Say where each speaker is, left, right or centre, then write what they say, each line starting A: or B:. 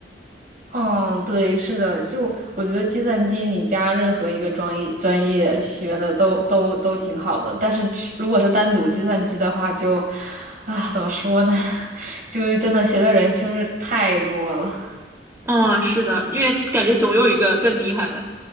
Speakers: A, on the right (about 55°); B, on the right (about 15°).
A: 嗯，对，是的，就我觉得计算机你加任何一个专业专业学的都都都挺好的，但是如果是单独计算机的话就，啊，怎么说呢，<laughs> 就是真的学的人确实太多了，
B: 嗯，是的，因为感觉总有一个更厉害的。